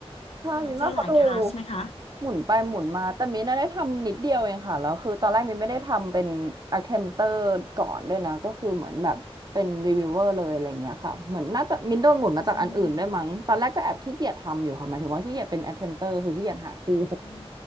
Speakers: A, on the right; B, on the left.
A: ใช่มินว่าเขาดู
B: เจอเจอหลาย task ไหมคะ
A: หมุนไปหมุนมาแต่มินน่ะได้ทำนิดเดียวเองค่ะแล้วคือตอนแรกมินไม่ได้ทำเป็น attempter ก่อนด้วยนะก็คือเหมือนแบบเป็น reviewer เลยอะไรเงี้ยค่ะเหมือนน่าจะมินโดนหมุนมาจากอันอื่นด้วยมั้งตอนแรกก็แอบขี้เกียจทำอยู่ค่ะหมายถึงว่าขี้เกียจเป็น
B: อืม
A: attempter คือขี้เกียจหาคู่
B: อืม